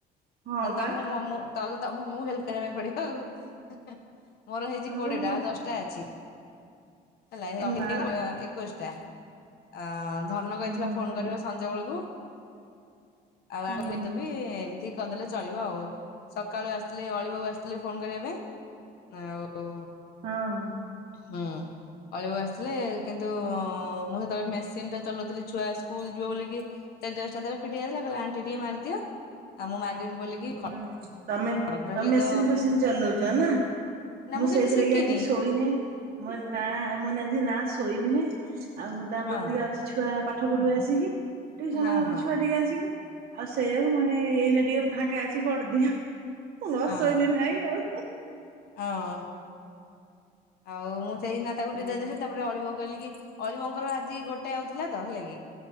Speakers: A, on the right (about 60°); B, on the left (about 65°).
A: ହଁ
B: ତାହେଲେ ତମୁ-
A: ବା।
B: ମ -ମ ତାହେଲେ ତମକୁ ମୁଁ ହେଲ୍ପ କରିବା ପାଇଁ ପଡିବ ଆଉ ମୋର ହେଇଚି
A: ହଁ
B: କୋଡିଏଟା
A: ବା ମୁଁ
B: ଆଉ ଦଶ୍ ଟା ଅଛି। ହେଲା <unintelligible>
A: ନା
B: ଏକୋଇସ୍ ଟା ଆ- ଧନ କହିଥିଲା
A: ହଁ
B: ଫୋନ୍ କରିବା ସଞ୍ଜ ବେଳକୁ ଆଉ
A: ହୁଁ।
B: <unintelligible> ବି <unintelligible> ଚଳିବ ଆଉ ସକାଳୁ ଆସିଥିଲେ ଅଳି ବଉ ଆସିଥିଲେ ଫୋନ୍ କରିବା ପାଇଁ ଆଉ
A: ହଁ।
B: ହଁ। ଅଳି ବଉ ଆସିଥିଲେ କିନ୍ତୁ ମୁଁ ସେତେବେଳେ ମେସିନ୍ ଟା ଚଲଉଥିଲି ଛୁଆ ସ୍କୁଲ୍ ଯିବେ ବୋଲିକି ତା ଡ୍ରେସ୍ ଟା ଥରେ ଫିଟି ଯାଇଥିଲା କହିଲା ଆଣ୍ଟି ଟିକେ ମାର୍ ଦିଅ ଆ ମୁଁ ମାରିମ୍ ବୋଲିକି ଖଡ
A: ହୁଁ ତମେ -ତମେ
B: ଖଡ ହେଲେ
A: ମେସିନ୍
B: ତ
A: ଫେସିନି ଚଲଉଚ ନା?
B: ନା
A: ମୁଁ ସେଇଥିଲାଗି
B: କିଛି ଶିଖିନି
A: ଆଜି ଶୋଇନେଈଁ। ମୁଁ କହିଲି ନାଁ ଏ-ମୁଁ କହିଲି ଆଜି ନା ଶୋଇବିନେଇ ଆଉ ତାପରେ
B: ହଁ
A: ଟିକେ ଅ କିଛି ଛୁଆ ପାଠ ପଢିବେ ଆସିକି ଟ୍ୟୁସନ୍
B: ହଁ
A: ହେବେ
B: ହଁ
A: ଛୁଆ ଟିକେ ଆସିକି। ଆଉ ସେୟାକୁ ମୁଁ କହିନି ଏଇନା ଟିକେ ଫାଙ୍କା ଅଛି କର୍ ଦିଏ ଆଉ। ନ
B: ହଁ
A: ଶୋଇଲେ ନାହିଁ ଆଉ।
B: <unintelligible> ଆଉ ମୁଁ ସେଇନା ତାକୁ
A: ହଁ
B: ଟିକେ ଦେଇଦେଲି ତାପରେ ଅଳି ବଉ କହିଲି କି ଅଳି ବଉଙ୍କର ଆଜି ଗୋଟେ ଆଉ ଥିଲା ତ ହେଲା କି